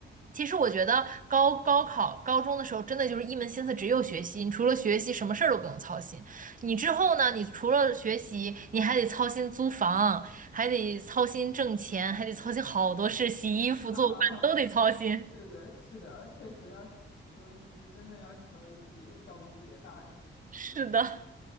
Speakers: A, on the right; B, on the left.
A: 其实我觉得高高考高中的时候，真的就是一门心思只有学习，你除了学习什么事儿都不用操心。你之后呢，你除了学习，你还得操心租房，还得操心挣钱，还得操心好多事，洗衣服、
B: <laughs> 啊，
A: 做饭都得操心。
B: 对对对，是的，确实要成为就是真正要成为自己照顾自己的大人那种。
A: <laughs> 是的。